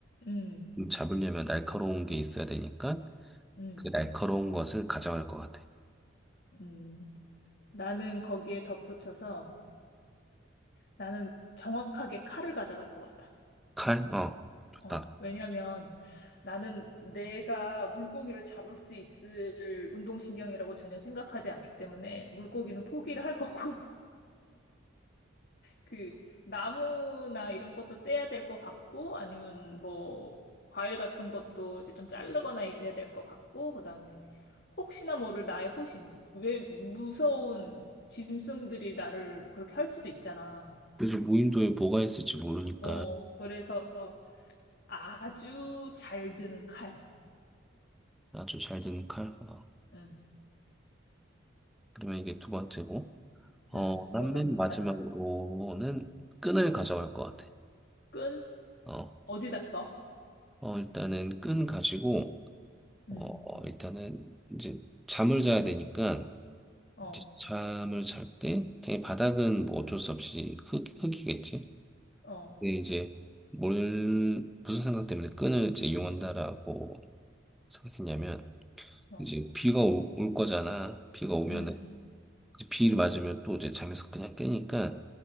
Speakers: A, on the left (about 50°); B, in the centre.
A: 음,
B: 그럼 잡으려면 날카로운 게 있어야 되니까
A: 음,
B: 그 날카로운 것을 가져갈 것 같아.
A: 음. 나는 거기에 덧붙여서 나는 정확하게 칼을 가져갈 것 같아.
B: 칼? 어, 좋다.
A: 어, 왜냐면 나는 내가 물고기를 잡을 수 있을 운동신경이라고 전혀 생각하지 않기 때문에 물고기는 포기를 할 거고 그 나무나 이런 것도 떼야 될 것 같고 아니면 뭐 과일 같은 것도 이제 좀 자르거나 이래야 될 것 같고 그다음에 혹시나 모를 나의 호신 왜 무서운 짐승들이 나를 그렇게 할 수도 있잖아.
B: 그래서 무인도에 뭐가 있을지 모르니까
A: 어 그래서 아주 잘 드는 칼.
B: 아주 잘 되는 칼. 어,
A: 응,
B: 그러면 이게 두 번째고. 어,
A: 응.
B: 난맨
A: 너는
B: 마지막으로는
A: 마지막. 응.
B: 끈을 가져갈 것 같아.
A: 끈
B: 어,
A: 어디다 써?
B: 어 일단은 끈 가지고 어,
A: 응.
B: 어, 일단은 이제 잠을 자야 되니까
A: 어,
B: 이제 잠을 잘 때, 당연히 바닥은 뭐 어쩔 수 없이 흙, 흙이겠지.
A: 어,
B: 근데 이제 뭘, 무슨 생각 때문에 끈을 이제 이용한다라고 생각했냐면,
A: 어.
B: 이제 비가 오- 올 거잖아. 비가 오면,
A: 응.
B: 이제 비를 맞으면 또 이제 잠에서 그냥 깨니까,